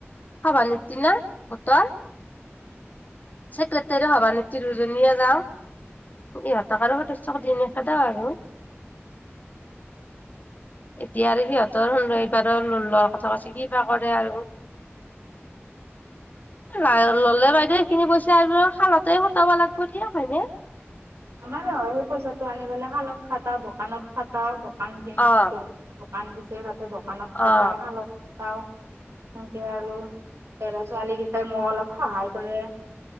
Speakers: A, on the left; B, on the right.
A: হ'ব নৃতনা বতৰ
B: <inaudible>
A: চছেক্ৰেটাৰী সভানেত্ৰী দুজনীয়ে যাও। ইহঁতক আৰু সদস্য <unintelligible> নেখেদা আৰু
B: <inaudible>
A: এতিয়া আৰু সিহঁতৰ সন নৈপাৰৰ লোন লোৱাৰ কথা কৈছে কিবা কৰে আৰু। লাইয় ললে বাইদেউ সেইখিনি পইচা আৰু শালতে সটাব লাগব দিয়া হয়নে?
B: আমাৰো <unintelligible> পইচাটো আনি পেলাই শালত খাটাও দোকানত খটাও দক দোকান দি
A: অ
B: দোকান দিছে তাতে দোকানত খটাও
A: অ
B: শালত খটাও। সেনেকে আৰু লৰা-ছোৱালী কেইটাই মোক অলপ সহায় কৰে।